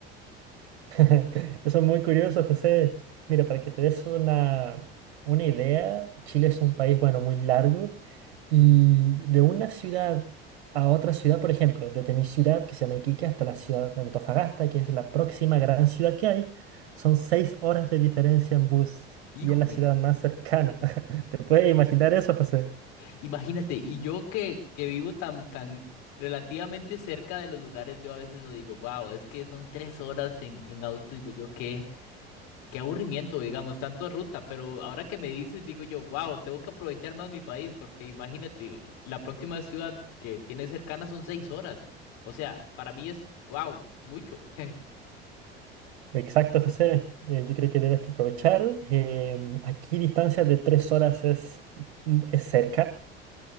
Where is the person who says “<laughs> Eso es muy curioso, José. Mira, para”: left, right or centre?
Right